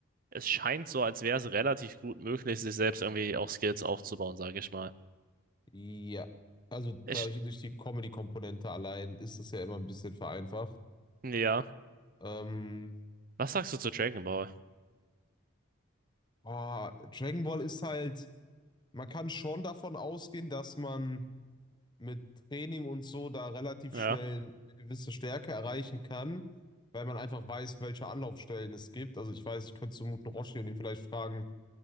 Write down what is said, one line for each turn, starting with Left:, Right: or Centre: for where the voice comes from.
Right: es scheint so, als wäre es relativ gut möglich, sich selbst irgendwie auch Skills aufzubauen, sage ich mal.
Left: ja. Also
Right: Ich,
Left: dadurch, durch die Comedy-Komponente allein ist das ja immer ein bisschen vereinfacht.
Right: ja.
Left: Ähm,
Right: Was sagst du zu Dragon Ball?
Left: Ah, Dragon Ball ist halt, man kann schon davon ausgehen, dass man mit Training und so da relativ
Right: Ja,
Left: schnell eine gewisse Stärke erreichen kann, weil man einfach weiß, welche Anlaufstellen es gibt. Also ich weiß, ich könnte zum guten Roshi und ihn vielleicht fragen,